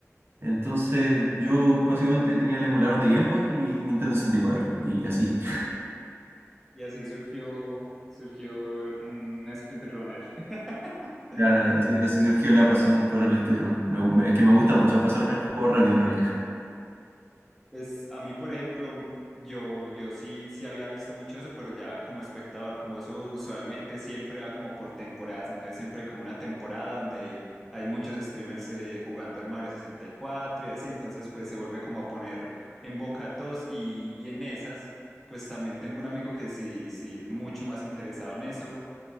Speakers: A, on the right; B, in the centre.
A: Entonces yo básicamente tenía el emulador de Game Boy y Nintendo 64 y cuatro. Y así. <laughs>
B: Y así surgió, surgió un speedrunner. <laughs>
A: Claro, así, así surgió la pasión por el speedrun. Me gu- me- es que me gusta mucho pasarme los juegos rápido en realidad.
B: Pues a mí, por ejemplo, yo, yo sí, sí había visto mucho eso, pero ya como espectador, como eso usualmente siempre va como por temporadas, entonces siempre hay como una temporada donde hay muchos streamers eh, jugando el Mario 64 y cuatro y así, entonces pues se vuelve como a poner en boca de todos y, y en esas, pues también tengo un amigo que sí, sí es mucho más interesado en eso